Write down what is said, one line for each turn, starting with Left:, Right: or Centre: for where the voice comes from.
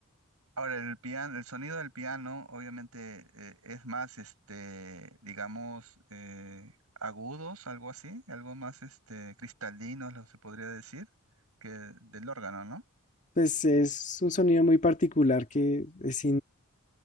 Right: Ahora, el piano, el sonido del piano, obviamente, eh, es más, este, digamos, eh, agudos, algo así, algo más, este, cristalinos, lo se podría decir, que del órgano, ¿no?
Left: Pues es un sonido muy particular que es